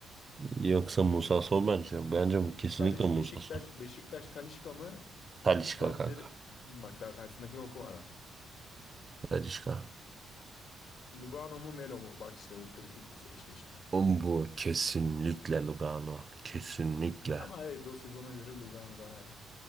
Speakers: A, on the right (about 35°); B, on the left (about 70°).
A: Yoksa Musa Sow bence. Bence bu kesinlikle
B: Taliş
A: Musa
B: Beşiktaş
A: Sow.
B: Beşiktaş Talişka mı?
A: Talisca
B: 2011
A: kanka.
B: bak daha karşısındakini okumadan.
A: Talisca.
B: Lugano mu Melo mu? Bak işte bu kritik bir eşleşme.
A: Oğlum Bu kesinlikle Lugano. Kesinlikle.
B: Ama evet o sezona göre Lugano daha iyi.